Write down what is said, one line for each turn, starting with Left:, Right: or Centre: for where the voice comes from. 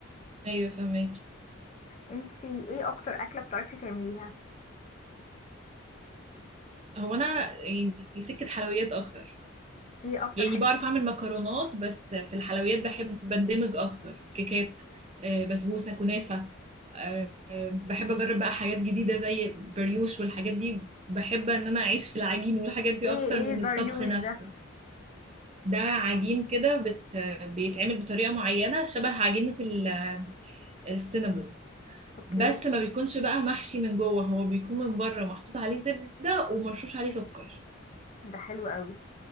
Right: ايوه فاهماكي
Left: انتي ايه اكتر اكله بتعرفي تعمليها
Right: هو انا يعني سكة حلويات اكتر
Left: ايه اكتر
Right: يعني
Left: حاجه
Right: بعرف اعمل مكرونات بس في الحلويات بحب بندمج اكتر كيكات آه، بسبوسة كنافة آه، بحب اجرب بقى حاجات جديده زي بريوش والحاجات دي بحب ان انا اعيش في العجين والحاجات دي
Left: ايه
Right: اكتر
Left: ايه
Right: من
Left: البريوش
Right: الطبخ نفسه
Left: ده
Right: ده عجين كده بت... بيتعمل بطريقه معينه شبه عجينه ال- السينابون
Left: اوكي
Right: بس ما بيكونش بقى محشي من جوه هو بيكون من بره محطوط عليه زبده ومرشوش عليه سكر
Left: ده حلو قوي